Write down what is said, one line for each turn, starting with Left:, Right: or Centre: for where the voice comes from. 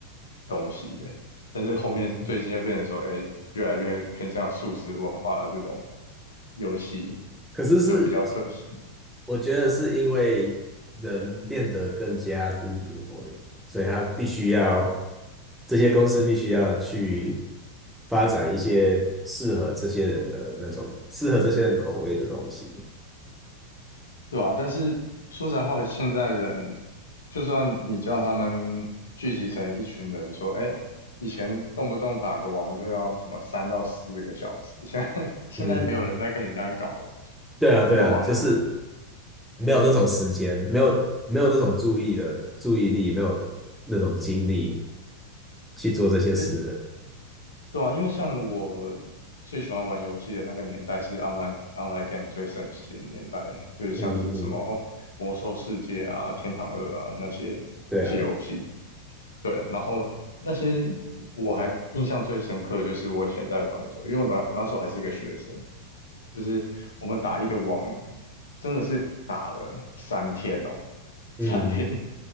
Left: 东西的，但是后面最近就变成说，
Centre: 嗯，
Left: 哎，越来越偏向速食文化的这种。游戏，
Centre: 可是是
Left: 就比较可惜，
Centre: 我觉得是因为人变得更加孤独，所以他必须要这些公司必须要去发展一些适合这些人的那种适合这些人口味的东西。
Left: 对吧？但是说实在话，现在人就算你叫他们聚集成一群人，说，哎，以前动不动打个王就要什么三到四个小时，现在 <laughs> 现在没有人在跟你这样搞了。
Centre: 嗯，对啊，
Left: 那个王，
Centre: 对啊，就是没有那种时间，
Left: 对，
Centre: 没有没有那种注意的注意力，没有那种精力去做这些事了。
Left: 因为对啊，因为像我最喜欢玩游戏的那个年代是 online online game 最盛行的年代，就是像是什么哦魔兽世界啊、
Centre: 嗯嗯，
Left: 天堂二啊那些那些游戏。
Centre: 对啊，
Left: 对，然后那些我还印象最深刻的就是我以前在玩的时候，因为我那我那时候还是一个学生，就是我们打一个网，真的是打了三天哦，
Centre: 嗯，
Left: 三天，